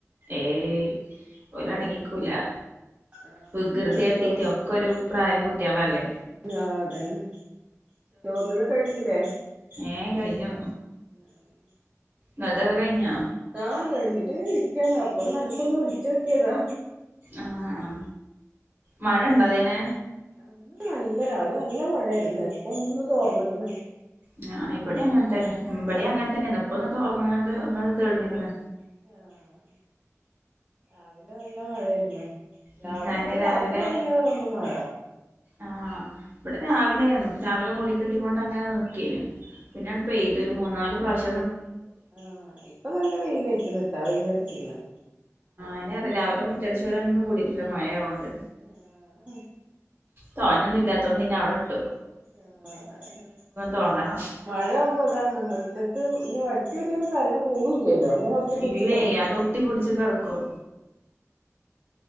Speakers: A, on the right (about 45°); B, on the right (about 25°).
A: ഏയ് ഓലടങ്ങിക്കൂല
B: ആഹ
A: വികൃതി
B: ആയിതോ
A: കാട്ടീട്ട് ഒക്കെ ഒരു പ്രായം കുട്ടികളല്ലേ
B: ആ അതന്നെ ചോറിനുള്ളതെകഞ്ഞില്ലേ
A: ഏഹ കഴിഞ്ഞു
B: ഹ് ഉം
A: നത ക്കെകഞ്ഞോ
B: ആഹ കഴിഞ്ഞിട്ട് ഇരിക്കാന അപ്പൊ നിനക്കൊന്ന് വിളിച്ചു നോക്കിയതാ
A: ആഹ് മഴ ഇണ്ടാത് നെ
B: ഇന്ന് നല്ല രാവിലെ നല്ല മഴയായിരുന്നു ഇപ്പൊ ഒന്ന് തോർന്നിക്കാണ്
A: ഞാ ഇവിടെ അങ്ങനെ തന്നെ ഇവിടെ അങ്ങനെ തന്നെ ഇപ്പൊ ഒന്ന് തോർന്നുകണ്ട്ഒന്ന് തെളിഞ്ഞ് ക്കണ്.
B: യാ.. രാവിലെ നല്ല മഴായിരുന്ന് രാവിലെ
A: ഉം അയെന്നെ
B: ഇല്ല
A: രാവിലെ
B: രാത്രി തുടങ്ങിയതാണ്ന്ന് തോണുന്നുമഴ
A: ആഹ് ഇവിടെ രാവിലൊന്ന് രാവിലെമൂടി കെട്ടിയ കൊണ്ട് അങ്ങനെനിൽക്കേണ് പിന്നെപെയ്ത് ഒരു മൂന്നാല് പ്രാവശ്യ
B: ആഹ ഇപ്പൊ നല്ല വെയിലയിക്കുന്നുട്ടാ വെൽ ഇരച്ചിക്കണ്
A: അതെതെ രാവിലെമുറ്റടിച്ച് വ രനൊന്നുംകുടിയിട്ടില്ലമഴയകൊണ്ട്
B: യാഹ്
A: തോനൊന്ന്ഇല്ലാത്തോണ്ട്പിന്നെഅവിടെ
B: <unintelligible> ആ ഹ്
A: തോണ്ടണം
B: മഴ ആകുമ്പോ അതാണ് മുറ്റത്ത് ഇങ്ങ് വടിത്തിവരെകര ട്ട് പോകില്ലല്ലോഅങ്ങനെഒട്ടിപ്പിടിച്ച്
A: ഇല്ലേ
B: കെടക്കും.
A: അത് ഒട്ടി പിടിച്ച് കെടക്കും